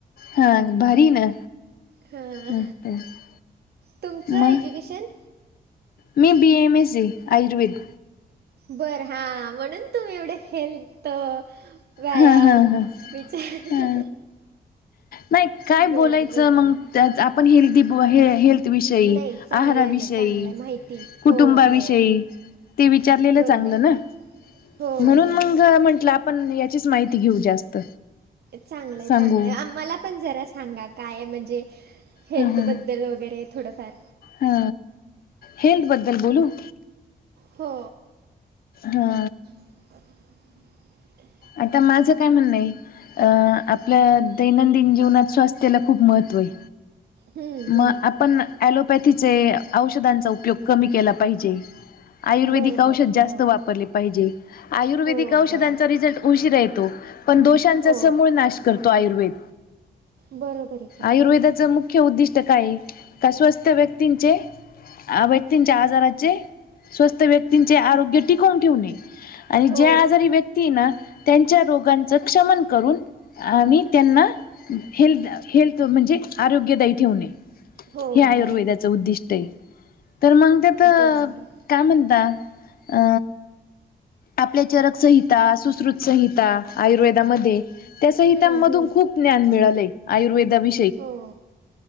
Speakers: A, on the left; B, on the right.
A: हा भारी ना?
B: ह हं
A: मस्त
B: तुमचं
A: मग
B: एज्युकेशन?
A: मी बीए एम एससी आयुर्वेद.
B: बर हा म्हणून तुम्ही एवढं हेल्थ व्यायाम
A: हा हा हा
B: विचार
A: हा नाही काय
B: बरं
A: बोलायचं
B: बरं
A: मग आपण हेल्दी हे -हेल्दी विषयी
B: नाही चांगलं
A: आहारा
B: आहे
A: विषयी
B: ना चांगलं आहे माहिती
A: कुटुंबा
B: हो हो
A: विषयी ते विचारलेलं
B: बरोबर
A: चांगलं
B: आहे
A: ना,
B: हो
A: म्हणून
B: हो
A: मग म्हंटलं पण याचीच माहिती घेऊ जास्त.
B: चांगलंय
A: सांगू
B: चांगलंय आम्हाला पण जरा सांगा काय म्हणजे हेल्थ
A: हा हा
B: बद्दल वगैरे थोडंफार.
A: हा हेल्थ बद्धल बोलू
B: हो
A: हा
B: <unintelligible>
A: आता माझं काय म्हणणं आहे आपल्या दैनंदिन जीवनात स्वास्थ्याला खूप महत्त्व आहे.
B: हम्म,
A: म
B: हम्म.
A: आपण ऍलोपॅथीचे औषधांचा उपयोग कमी केला पाहिजे. आयुर्वेदिक
B: बरोबर
A: औषध
B: आहे हो
A: जास्त त वापरले पाहिजे आयुर्वेदिक
B: हो
A: औषधांचा
B: हो
A: रिझल्ट उशीर यतो. पण दोषांचा
B: हो
A: समूळ नाश करतो आयुर्वेद
B: बरोबर आहे की
A: आयुर्वेदाचा मु ख्य उद्दिष्ट काय का स्वस्त व्यक्तींचे व्यक्तींच्या आजाराचे स्वस्त व्यक्तींचे आरोग्य टिकवून ठेवणे आणि ज्या
B: हो
A: आजारी व्यक्ती आहे ना त्यांच्या रोगां च क्षमन करून आणि त्यांना हेल्थ हेल्थ म्हणजे आरोग्यदायी ठेवणे
B: हो
A: हे आयुर्वेदा
B: हो
A: च ऊदिष्ट आहे तर मग त्यात
B: बरोबर आहे
A: काय म्हणत अ आपल्या चरकसंहिता सुश्रुत संहिता आयुर्वेदामध्ये त्या संहिता
B: हं,
A: मधून
B: हं.
A: खूप ज्ञान मिळालय आयुर्वेदा वी
B: हो!